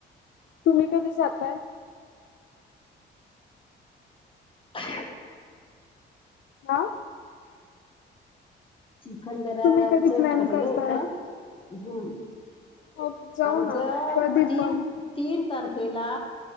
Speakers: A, on the left; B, on the left.
A: तुम्ही कधी जातय.
B: ह <unintelligible>
A: हा.
B: चिखलदराच
A: तुम्ही कधी प्लॅन
B: ठरलं
A: करताय?
B: होत. हम्म
A: हो जाऊ
B: आमचा
A: ना कधी
B: तीन
A: पण
B: तीन तारखेला